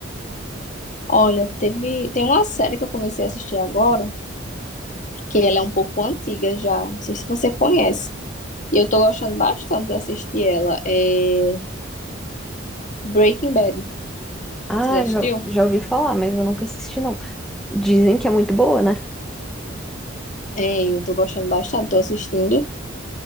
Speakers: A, on the left (about 40°); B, in the centre.
A: Olha, teve, tem uma série que eu comecei a assistir agora, que ela é um pouco antiga já, não sei se você conhece. E eu tô gostando bastante de assistir ela, é Breaking Bad.
B: Ah,
A: Você já assistiu?
B: já, já ouvi falar, mas eu nunca assisti, não. Dizem que é muito boa, né?
A: É, eu tô gostando bastante, tô assistindo